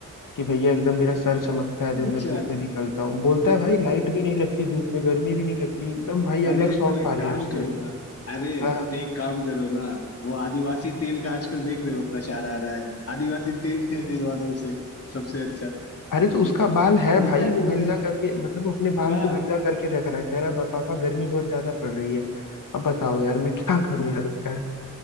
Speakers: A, on the left; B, on the left.
A: कि भैया एकदम मेरा सर चमकता है जब
B: अच्छा
A: मैं धूप में निकलता हूँ बोलता है भाई लाइट भी नहीं लगती धूप में गर्मी भी नहीं लगती एकदम भाई
B: अरे
A: अलग शौक
B: तो एक
A: पाले
B: काम
A: उसने
B: करो ना अरे
A: हाँ
B: तो एक काम करो ना वो आदिवासी तेल का आजकल देख रहे हो प्रचार आ रहा है आदिवासी तेल खरीदवा दो उसे सबसे अच्छा
A: अरे तो उसका बाल है
B: देखा
A: भाई
B: है
A: वो
B: तुमने
A: गंजा करके मतलब वो अपने बाल
B: हाँ
A: को गंजा करके रख रहा है कह रहा है "पा- पापा गर्मी बहुत ज्यादा पड़ रही
B: हम्म,
A: है अब बताओ यार मैं क्या करूं
B: हम्म।
A: यार उसका